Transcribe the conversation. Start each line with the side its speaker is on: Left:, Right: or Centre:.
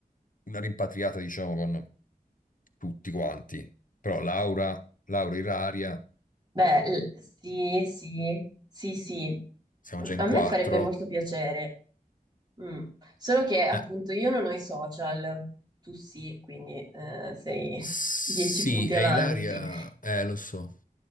Left: una rimpatriata, diciamo, con tutti quanti, però Laura, Laura Iraria,
Right: Beh, l- sì, sì, sì, sì.
Left: siamo già in
Right: A
Left: quattro.
Right: me farebbe molto piacere. Mm. Solo che appunto
Left: Eh,
Right: io non ho i social, tu sì, quindi eh, sei
Left: Sì,
Right: <laughs> dieci punti
Left: è
Right: avanti.
Left: Ilaria, eh, lo so.